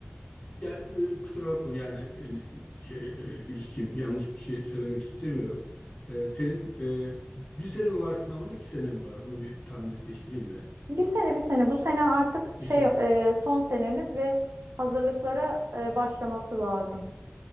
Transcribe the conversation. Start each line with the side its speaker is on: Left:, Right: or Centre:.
Left: Ya e, kusura bakma yani Enis şey e, Gülisciğim, yanlış bir şey söylemek istemiyorum. E, senin e, bir sene mi var sınavında iki sene mi var? Onu bir tam netleştireyim de.
Right: Bir sene bir sene bu sene artık şey
Left: Bir sene.
Right: e, son senemiz ve hazırlıklara e, başlaması lazım.